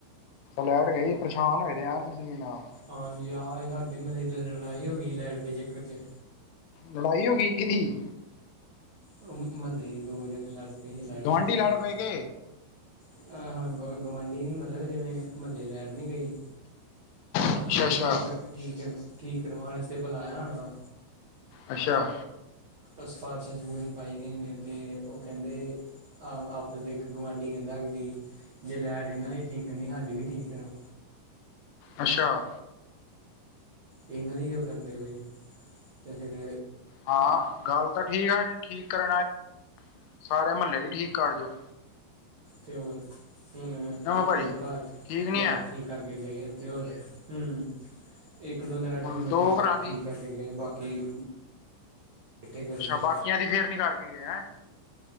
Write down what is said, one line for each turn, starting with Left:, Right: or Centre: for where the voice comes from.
Left: ਲਾਈਟ ਗਈ ਪਰੇਸ਼ਾਨ ਹੋਏ ਦੇ ਆ ਤੁਸੀ ਵੀ ਨਾਲ।
Right: ਹਾਂਜੀ ਜੀ ਹਾਂ ਡਿਮ ਲਾਈਟ ਲੜਾਈ ਹੋ ਗਈ ਲਾਈਟ ਦੇ ਚੱਕਰ ਚ।
Left: ਲੜਾਈ ਹੋ ਗਈ ਕਿਹਦੀ?
Right: ਓ ਮਹੱਲੇ ਚ ਦੋ ਜਣੇ ਲੜ ਪਏ ਸੀ ਲਾਈਟ
Left: ਗੁਆਂਢੀ
Right: ਦੇ ਚੱਕਰ
Left: ਲੜ
Right: ਚ।
Left: ਪਏ ਕੇ
Right: ਅ ਹਾਂ ਗ ਗੁਆਂਢੀ ਨੀ ਮਤਲਬ ਜਿਵੇਂ ਮਹੱਲੇ ਲਾਈਟ ਨੀ ਗਈ।
Left: ਅੱਛਾ
Right: ਓ ਕੋਈ
Left: ਅੱਛਾ
Right: ਠੀਕ ਰਖ ਠੀਕ ਠੀਕ ਕਰਵਾਣ ਵਾਸਤੇ ਬੁਲਾਇਆ ਹੋਣਾ।
Left: ਅੱਛਾ।
Right: ਸਿਫਾਰਸ਼ ਸਫੂਰਸ਼ਜ ਪਾਈ ਗਏ ਨੇ ਤੇ ਓ ਕਹਿੰਦੇ ਆ ਆਪਸ ਦੇ ਇੱਕ ਗੁਆਂਢੀ ਕਹਿੰਦਾ ਕੇ ਵੀ ਜੇ ਲਾਈਟ ਏਨਾਂ ਦੀ ਠੀਕ ਕਰਨੀ ਸਾਡੀ ਵੀ ਠੀਕ ਕਰੋ।
Left: ਅੱਛਾ।
Right: ਏਨਾਂ ਦੀ ਕਿਉ ਕਰਨ ਦੇ ਪਏ ਓ ਤੇ ਫੇਰ
Left: ਹਾਂ ਹਾਂ ਗੱਲ ਤਾਂ ਠੀਕ ਆ, ਜੇ ਠੀਕ ਕਰਨ ਆਏ ਸਾਰੇ ਮਹੱਲੇ ਦੀ ਠੀਕ ਕਰ ਜਓ।
Right: ਤੇ ਹੋਰ ਹੁਣ
Left: ਕਿਉਂ
Right: ਇੱਕ
Left: ਭਾਜੀ
Right: ਦੋ ਘਰ ਚ
Left: ਠੀਕ ਨੀ
Right: ਲਾਈਟ
Left: ਹੈ
Right: ਠੀਕ ਕਰਕੇ ਗਏ ਤੇ ਹੋਰ ਹੂੰ ਇੱਕ ਦੋ ਲਾਈਟ
Left: ਹੁਣ
Right: ਮਹੱਲੇ
Left: ਦੋ ਘਰਾਂ ਦੀ
Right: ਠੀਕ ਕਰ ਤੇ ਗਏ ਬਾਕੀ। ਬੈਠੇ ਗਰਮੀ
Left: ਅੱਛਾ ਬਾਕੀਆਂ ਦੀ ਫੇਰ ਨੀ ਕਰਕੇ ਗਏ ਹੈਂ।